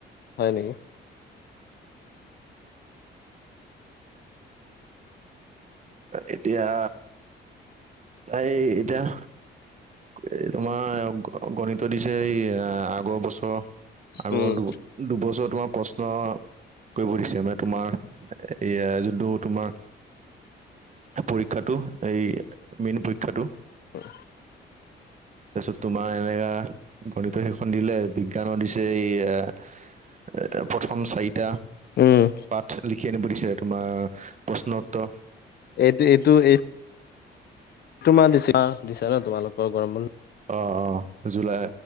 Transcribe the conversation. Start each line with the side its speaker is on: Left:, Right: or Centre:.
Left: হয় নেকি!
Right: এতিয়া এই এতিয়া এই, এ তোমাৰ গণিত দিছে এই এ আগৰ বছৰৰ আগৰ
Left: উম
Right: দুবছৰ তোমাৰ প্ৰশ্ন, কৰিব দিছে মানে তোমাৰ এইয়া যোনটো তোমাৰ, পৰীক্ষাটো এই মেইন পৰীক্ষাটো,
Left: অঁ
Right: তাৰপিছত তোমাৰ এনে কা গণিত সেইখন দিলে বিজ্ঞানৰ দিছে এই, এ প্ৰথম চাৰিটা
Left: উম
Right: পাঠ লি লিখি আনিব দিছে তোমাৰ প্ৰশ্ন উত্তৰ,
Left: এইটো এইটো এই, তোমাৰ দিছা দিছা ন তোমালোকৰ গৰম বন্ধ,
Right: অঁ, অঁ, জুলাই